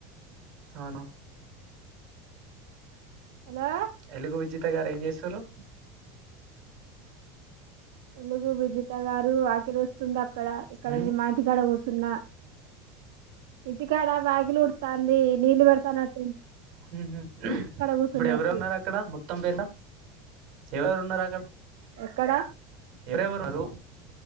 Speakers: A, on the right; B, on the right.
A: ఆనొ
B: హలో
A: ఎలుగు విజిత్ త్త గారు ఏం చేస్తుర్రు
B: ఎలుగు విజిత గారు వాకిలు వస్తుంద ఇక్కడ ఇక్కడ
A: ఉమ్,
B: ఇది మా ఇంటికాడ కు సున్నా ఇ త్ టికాడ వేగిలూడుతాంది నీళ్ళు వేడ్తానడ్
A: మ్మ్ హు
B: కూర్చున్నా
A: ఇప్పుడు ఎవరున్నారక్కడ
B: వచ్చి
A: మొత్తం పేట ఎవరున్నారక్కడ్
B: ఎక్కడ
A: ఎవరెవరు